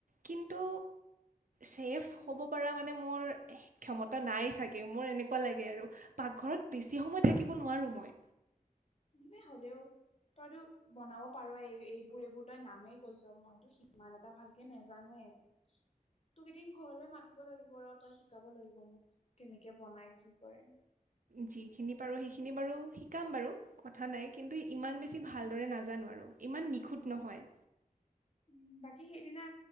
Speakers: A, on the right; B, on the left.
A: কিন্তু ছেফ হ'ব পৰা মানে মোৰ ক্ষমতা নাই চাগে মোৰ এনেকুৱা লাগে আৰু পাকঘৰত বেছি সময় থাকিব নোৱাৰোঁ মই।
B: <unintelligible> তইতো বনাব পাৰ এই এইবোৰ এইবোৰ তই নামেই কৈছ মইতো সিমান এটা ভালকে নোজানোৱে। তোক কেইদিন ঘৰলে মাতিব লাগিব ৰ তই শিকাব লাগিব মোক কেনেকে বনাই কি কৰে।
A: যিখিনি পাৰোঁ সেইখিনি বাৰু শিকাম বাৰু। কথা নাই কিন্তু ইমান বেছি ভালদৰে নাজানো আৰু ইমান নিখুঁত
B: উম
A: নহয়।
B: উম বাকী সেইদিনা